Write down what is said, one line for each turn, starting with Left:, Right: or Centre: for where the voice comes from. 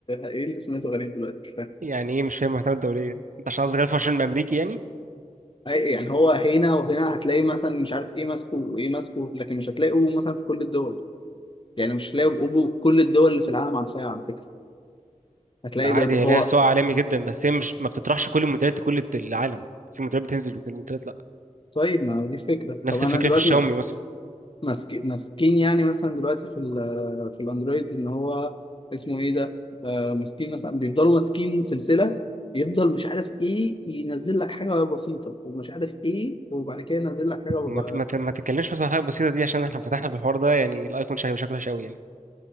Left: ايه اللي سمعته غريب دلوقتي مش فاهم
Right: يعني ايه مش فاهم محتوى الدوليه انت عشان قصدك 25 امريكي يعني
Left: اي- يعني هو هنا وهنا هتلاقي مثلا مش عارف ايه ماسكه وايه ماسكه لكن مش هتلاقي اوبو مثلا في كل الدول يعني مش هتلاقي اوبو في كل الدول اللي في العالم عارفاها على فكرة هتلاقي
Right: لا عادي
Left: ده ده-
Right: هي
Left: هو
Right: ليها سوق عالمي جدا بس هي مش ما بتطرحش كل الموديلات لكل الد- العالم في موديلات بتنزل وفي موديلات لا
Left: طيب ما هو دي الفكرة
Right: نفس
Left: طب انا
Right: الفكره
Left: دلوقتي
Right: في الشاومي مثلا
Left: ماسكين ماسكين يعني مثلا دلوقتي في ال في الاندرويد ان هو اسمه ايه ده آه ماسكين مثلا بيفضلوا ماسكين سلسله يفضل مش عارف ايه ينزل لك حاجه بسيطه ومش عارف ايه وبعد كده ينزل لك حاجه بسيطة.
Right: ما ت- ما ت- ما تتكلمش مثلا عن حاجه بسيطه دي عشان احنا لو فتحنا في الحوار ده يعني الايفون شكله شكله وحش قوي يعني